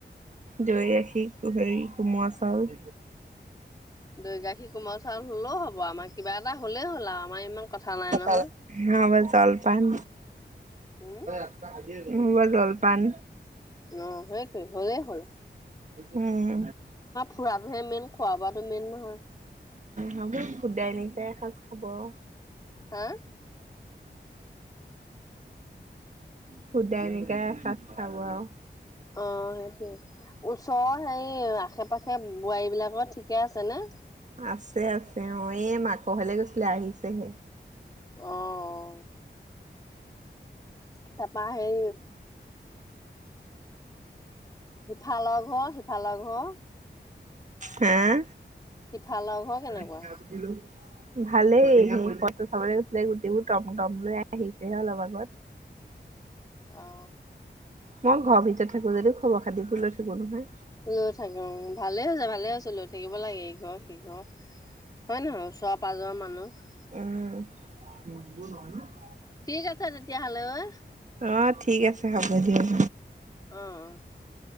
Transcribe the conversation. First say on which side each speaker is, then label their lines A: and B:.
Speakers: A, on the right; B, on the left.
A: দৈ গাখী, হেৰি কোমৰা চাউল।
B: দৈ গাখীৰ, কোমল চাউল হ'লেও হ'ব। আমাৰ কিবা এটা হ'লেই হ'ল আৰু আমাৰ ইমান কথা নাই
A: কোমল
B: নহয়
A: চাউল খাব জলপান।
B: উম
A: <unintelligible> নহ'বা জলপান
B: ন সেইটোৱে হলেই হ'ল
A: উম, ওঁ।
B: ফুৰাবোৰহে মেইন, খোৱা-বোৱাটো মেইন নহয়।
A: হ'ব, শুদাই নকাই এসাজ খাব আও।
B: হা
A: শুদাই - নিকাই এসাজ খাব আও।
B: অঁ, সেইটোৱে। ওচৰৰ হেৰি আশে-পাশে বোৱাৰী বিলাকৰ ঠিকে আছে নে?
A: আছে, আছে অঁ। এ মাক ঘৰলে গৈছিলে আহিছেহে।
B: অঁ, অঁ। তাপা হেৰি সিফালৰ ঘৰ, সিফালৰ ঘৰ।
A: হেঁ?
B: সিফালৰ ঘৰ কেনেকুৱা
A: ভালেই। মোৰ পত্ৰ চাবলৈ গৈছিলে গুটেইবোৰ টম টম লৈ আহিছেহে অলপ আগত।
B: অঁ।
A: মই ঘৰৰ ভিতৰত থাকোঁ যদিও খবৰ-খাতিবোৰ লৈ থাকোঁ নহয়।
B: লৈ থাকে অঁ। ভালে হৈছে ভালে হৈছে লৈ থাকিব লাগে ইঘৰ সিঘৰ হয়, নহয়? ওচৰ- পাজৰ মানু্হ।
A: অঁ।
B: ঠিক আছে তেতিয়া হ'লে অ'।
A: অঁ, ঠিক আছে হ'ব দিয়ক।
B: অঁ, অঁ।